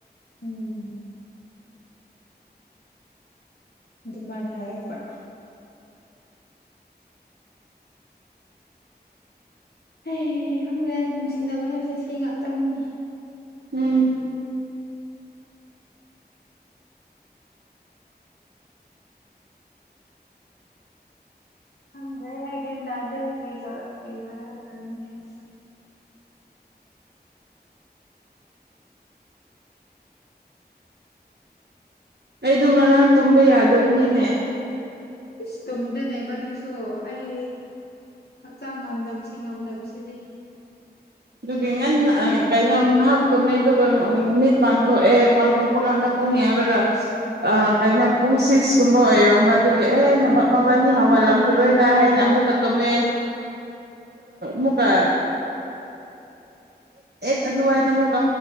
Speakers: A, on the left (about 70°); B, on the right (about 75°).
A: ꯎꯝ ꯑꯗꯨꯃꯥꯏꯅ ꯍꯥꯏꯔꯛꯄ ꯍ ꯈꯪꯪꯂꯦ ꯅꯨꯡꯁꯤꯅꯕ ꯍꯥꯏꯕꯁꯦ ꯁꯤ ꯉꯇꯅꯤꯅꯤ
B: ꯎꯝ
A: ꯍꯪꯗꯦꯒꯦꯟ ꯇꯗꯦ ꯀꯔꯤ ꯇꯧꯔ ꯀꯔꯤ ꯍꯥꯏꯔ ꯐꯔꯅꯤ ꯍꯥꯏꯁꯨ
B: ꯑꯩꯗꯣ ꯉꯔꯥꯡ ꯇꯨꯝꯕ ꯌꯥꯗꯕꯅꯤꯅꯦ
A: ꯏꯁ ꯇꯨꯝꯗꯅꯦꯕꯅꯤꯁꯨ ꯑꯩ ꯍꯛꯆꯥꯡ ꯉꯝꯗꯕꯁꯤ ꯉꯝꯗꯕꯁꯤꯗꯤ
B: ꯑꯗꯨꯒꯤ ꯉꯟꯅ ꯀꯩꯅꯣ ꯉꯥꯏꯍꯥꯛꯇꯨꯝꯃꯦ ꯑꯗꯨꯒ ꯃꯤꯠ ꯄꯥꯡꯊꯣꯛꯑꯦ ꯄꯥꯡꯊꯣꯛꯄ ꯀꯥꯟꯗ ꯄꯨꯨꯡꯉꯌꯥꯗꯒꯥꯁ ꯑ ꯀꯩꯅꯣ ꯄꯨꯡꯁꯤꯁꯀꯨꯝꯕ ꯑꯣꯏꯔꯝꯕ ꯑꯗꯨꯒꯤ ꯑꯦ ꯍꯦꯟꯅ ꯃꯕꯅꯤ ꯍꯧꯒꯠꯂꯝꯈꯤꯔꯣꯏꯗ ꯍꯥꯏꯅ ꯃꯀ ꯇꯣꯃꯦ ꯃꯀꯥ ꯑꯗꯨꯗꯨꯋꯥꯏꯗ ꯃꯨꯀꯥ